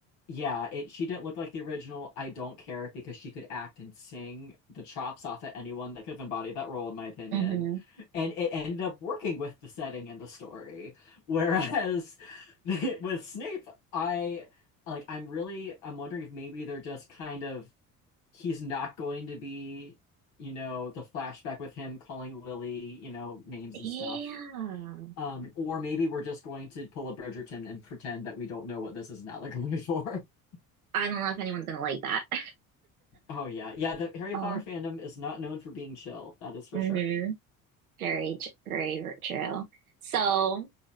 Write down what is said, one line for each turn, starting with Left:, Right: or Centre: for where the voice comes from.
Left: yeah, it she didn't look like the original. I don't care because she could act and sing the chops off at anyone that could have embodied that role, in my opinion.
Right: hmm
Left: And it ended up working with the setting and the story. Whereas <laughs> with Snape, I like I'm really I'm wondering if maybe they're just kind of he's not going to be, you know, the flashback with him calling Lily, you know, names
Right: Yeah.
Left: and stuff. Um, or maybe we're just going to pull a Bridgerton and pretend that we don't know what this is an allegory for. <laughs>
Right: I don't know if anyone's gonna like that. <laughs>
Left: Oh yeah, yeah. The Harry
Right: Uh,
Left: Potter fandom is not known for being chill. That is for
Right: hmm
Left: sure.
Right: Very, tr- very true. So